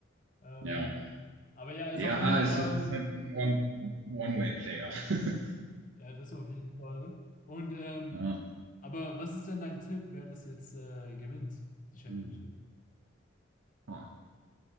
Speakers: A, on the left; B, on the right.
A: Ähm,
B: Ja.
A: aber ja, er ist
B: Ja,
A: auf jeden
B: es
A: Fall,
B: ist halt ein One- One-Way-Player. <laughs>
A: ja, das auf jeden Fall. Und ähm,
B: Ja.
A: aber was ist denn dein Tipp, wer das jetzt äh, gewinnt, die Championship?
B: Hm. Ah.